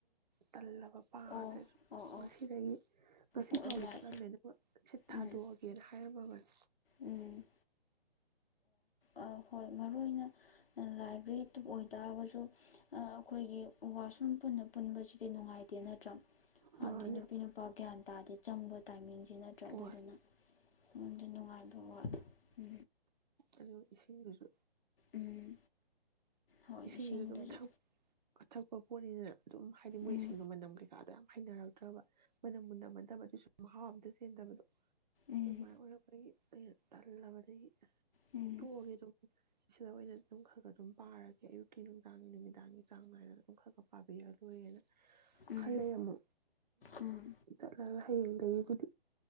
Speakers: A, on the right (about 45°); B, on the left (about 65°).
A: ꯇꯂꯕ ꯄꯥꯗ
B: ꯑꯣ ꯑꯣ ꯑꯣ
A: ꯁꯤꯗꯒꯤ ꯉꯁꯤ
B: ꯑꯣ
A: ꯐꯥꯎꯗꯤ
B: ꯑꯗꯨꯃꯥꯏ
A: ꯆꯠꯂꯝꯃꯦ ꯑꯗꯨꯒ ꯁꯤꯠ ꯊꯥꯗꯣꯛꯑꯒꯦꯅ
B: ꯎꯝ
A: ꯍꯥꯏꯔꯝꯃꯕꯅꯤ
B: ꯎꯝ ꯑꯣ ꯍꯣꯏ ꯃꯔꯨ ꯑꯣꯏꯅ ꯂꯥꯏꯕ꯭ꯔꯦꯔꯤꯗꯨ ꯑꯣꯏꯇꯥꯔꯒꯁꯨ ꯑꯩꯈꯣꯏꯒꯤ ꯋꯥꯁꯔꯨꯝ ꯄꯨꯟꯅ ꯄꯨꯟꯕꯁꯤꯗꯤ ꯅꯨꯡꯉꯥꯏꯇꯦ ꯅꯠꯇ꯭ꯔꯥ
A: ꯃꯥꯅꯦ
B: ꯑꯗꯨꯗꯤ ꯅꯨꯄꯤ ꯅꯨꯄꯥꯒ꯭ꯌꯥꯟ ꯇꯥꯗ ꯆꯪꯕ ꯇꯥꯏꯃꯤꯡꯁꯤ ꯅꯠꯇ꯭ꯔꯦ
A: ꯍꯣꯏ
B: ꯑꯗꯨꯗꯨꯅ ꯑꯩꯉꯣꯟꯗ ꯅꯨꯡꯉꯥꯏꯕ ꯋꯥꯠꯦ ꯎ
A: ꯑꯗꯨ ꯏꯁꯤꯡ ꯔꯁꯨ
B: ꯎꯝ ꯍꯣꯏ
A: ꯏꯁꯤꯡꯖ
B: ꯏꯁꯤꯡꯗꯨꯁꯨ
A: ꯑꯗꯨꯝ ꯊ ꯀ ꯊ ꯀ ꯀꯔꯤꯅ ꯑꯗꯨꯝ ꯍꯥꯏꯗꯤ ꯃꯣꯏꯁꯤꯡꯗꯨꯣ
B: ꯎꯝ
A: ꯃꯅꯝ ꯀꯩꯀꯥꯗ ꯍꯩꯅꯔꯛꯇ꯭ꯔꯕ ꯃꯅꯝ ꯃꯨꯟꯅꯃꯗꯕ ꯑꯗꯨꯁꯨ ꯃꯍꯥꯎ ꯑꯝꯇ ꯆꯦꯟꯗꯕꯗꯣ
B: ꯎꯝ
A: ꯎ ꯃ ꯑꯣꯂꯄꯒꯤ ꯇꯂꯕꯗꯤ
B: ꯎꯝ
A: ꯊꯒꯦ ꯇ ꯁꯤꯗ ꯑꯣꯏꯅꯗꯤ ꯑꯗꯨꯝ ꯈꯔ ꯈꯔ ꯑꯗꯨꯝ ꯄꯥꯔꯒ ꯑꯌꯨꯛꯀꯤ ꯅꯨꯡꯗꯥꯡ ꯅꯨꯃꯤꯗꯥꯡꯒꯤ ꯆꯥꯡ ꯅꯥꯏꯅ ꯑꯗꯨꯝ ꯈꯛ ꯈ ꯄꯥꯕꯤꯔꯛ ꯂꯣꯏꯔꯦꯅ
B: ꯎꯝ
A: ꯀꯂꯌꯥꯃꯣ
B: ꯎꯝ
A: ꯑꯗꯨꯅꯂ ꯍꯌꯦꯡꯗꯒꯤꯕꯨꯗꯤ